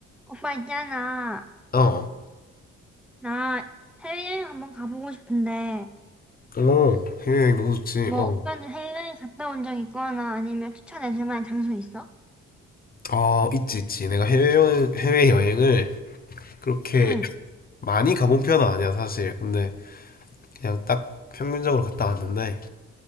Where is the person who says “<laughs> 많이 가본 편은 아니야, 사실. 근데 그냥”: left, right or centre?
Left